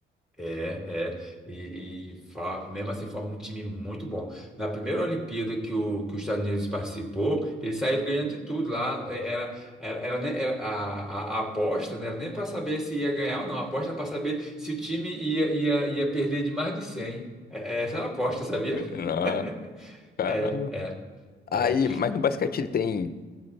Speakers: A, in the centre; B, on the left.
A: É, é, e, e fa- mesmo assim forma um time muito bom. Na primeira Olimpíada que, o, que os Estados Unidos participou, eles saíram ganhando de tudo lá. É, Era, era, era nem- era- a, a- a aposta não era nem para saber se ia ganhar ou não, a aposta era para saber se o time ia, ia, ia perder de mais de 100. é, é, essa era a aposta, sabia?
B: <laughs> Ah,
A: <laughs>
B: caramba.
A: É, é, é,
B: Aí, mas no basquete ele tem,